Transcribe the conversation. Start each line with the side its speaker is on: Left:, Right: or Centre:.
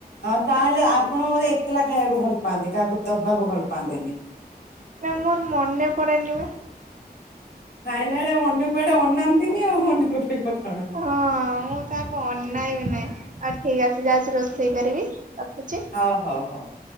Left: ହ ତାହେଲେ ଆପଣଙ୍କର ଏକଲା ଖାଇବାକୁ ଭଲ ପାଆନ୍ତି କାହାକୁ ଦବାକୁ ଭଲ ପାଆନ୍ତିନି।
Right: ନା ମୋର ମନେ ପଡେନି ବା।
Left: ଖାଇଲା ବେଳେ ଅନ୍ୟ କୁଆଡେ ଅନାନ୍ତିନି ଆଉ ମନେ। <unintelligible>
Right: ହଁ ମୁଁ ତାକୁ ଅନାଇବି ନାହିଁ ଆଉ ଠିକ ଅଛି ଯାଉଛି ରୋଷେଇ କରିବି। ରଖୁଛି।
Left: ହଉ ହଉ ହଉ